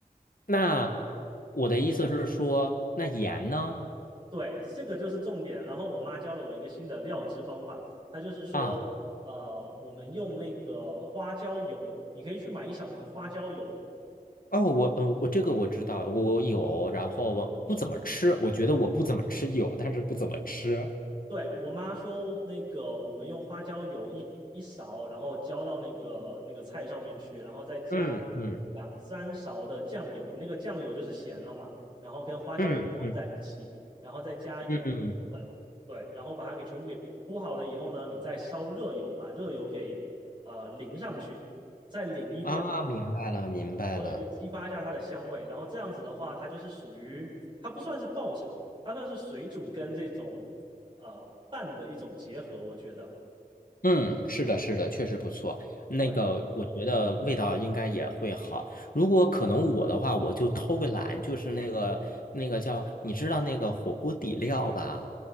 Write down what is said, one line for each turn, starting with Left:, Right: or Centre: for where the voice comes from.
Left: 那我的意思是说，那盐呢？
Right: 对，这个就是重点。然后我妈教了我一个新的料汁方法，她就是说，
Left: 啊，
Right: 呃，我们用那个花椒油，你可以去买一小瓶花椒油，
Left: 哦，我嗯，呃我这个我知道，我有，然后我不怎么吃，我觉得我不怎么吃有，但是不怎么吃。
Right: 对，我妈说，那个我们用花椒油一一勺，然后浇到那个那个菜上面去，然后再加
Left: 嗯嗯
Right: 两三勺的酱油，那个酱油就是咸了嘛，然后跟花椒油混在一起，
Left: 嗯嗯
Right: 然后再加一点花椒粉，
Left: 嗯，
Right: 对，然后把它给全部给铺好了以后呢，你再烧热油，把热油给呃淋上去，再淋一遍，
Left: 啊，明白了，明白了。
Right: 对，就激发一下它的香味。然后这样子的话，它就是属于它不算是爆炒，它算是水煮跟这种呃拌的一种结合，我觉得。
Left: 嗯，是的，是的，确实不错。那个，
Right: 对
Left: 我觉得味道应该也会好。如果可能，我的话，我就偷个懒，就是那个那个叫，你知道那个火锅底料吧？